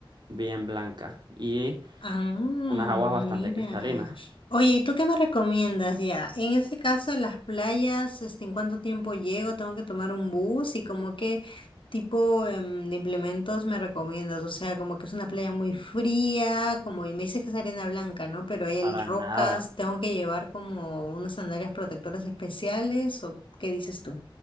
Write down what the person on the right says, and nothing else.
bien blanca. Y
unas aguas bastante cristalinas,
para
nada.